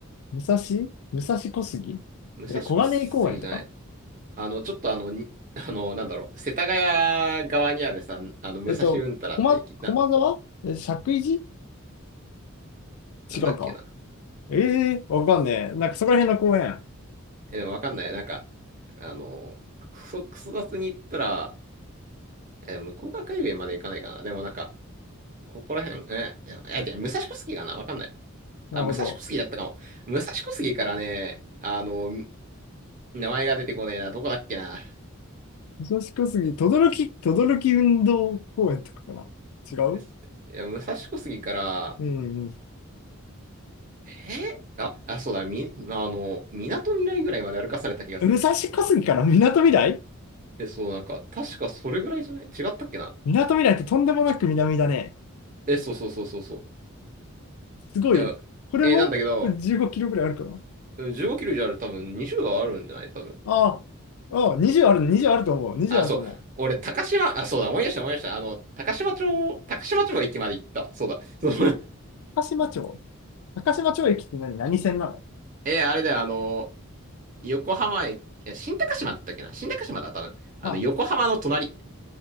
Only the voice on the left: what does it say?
武蔵武蔵小杉え、
小金井公園とか
えっと、駒、駒沢え、
石神井
寺違うか。ええわかんねえ。なんかそこら辺の公園。
なるほど。
武蔵小杉、等々力、等々力運動公園とかかな。違う
うんうん
武蔵小杉から港未来
港未来ってとんでもなく南だね。
すごい。
これもこれ15キロぐらいあるかな
ああ、あ20ある、20あると思う。20あると思う。
高島町。高島町駅って何何線なの
あ、